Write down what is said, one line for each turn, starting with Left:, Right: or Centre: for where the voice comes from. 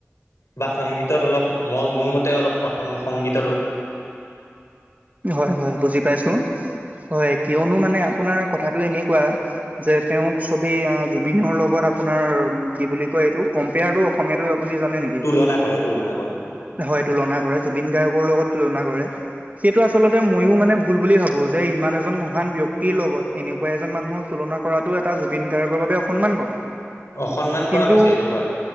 Left: বা সংগীতত অলপ মই মোৰ মতে অলপ সং সংগীত।
Right: হয় হয় বুজি পাইছোঁ। হয় কিয়নো মানে আপোনাৰ কথাটো এনেকুৱা যে তেওঁক চবি জুবিনৰ লগত আপোনাৰ। নাৰ কি বুলি কয় এইটো কম্পেয়াৰটো অসমীয়াটো আপুনি জানে নেকি?
Left: তুলনা কৰে তুলনা কৰে।
Right: হয় তুলনা কৰে জুবিন গাৰ্গকৰ লগত তুলনা কৰে। সেইটো আচলতে মইয়ো মানে ভুল বুলি ভাবোঁ যে ইমান এজন মহান ব্যক্তিৰ লগত এনেকুৱা এজন মানুহক তুল না কৰাটো এটা জুবিন গাৰ্গৰ বাবে অসন্মান কৰা।
Left: অসন্মান কৰা
Right: কিন্তু
Left: হৈছে এইটো হয়।